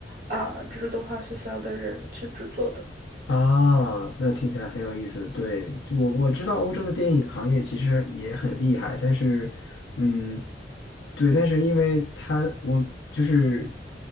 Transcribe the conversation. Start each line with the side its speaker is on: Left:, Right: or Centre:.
Right: 啊、这个动画学校的人去制作的。
Left: 啊，那听起来很有意思。对，就我我知道欧洲的电影行业其实也很厉害，但是，嗯，对，但是因为它，我就是